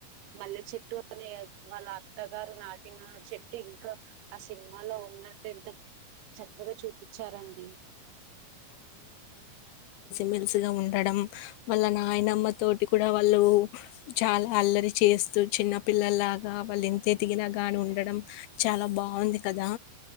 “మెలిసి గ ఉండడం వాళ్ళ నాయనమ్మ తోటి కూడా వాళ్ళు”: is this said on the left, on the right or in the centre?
Left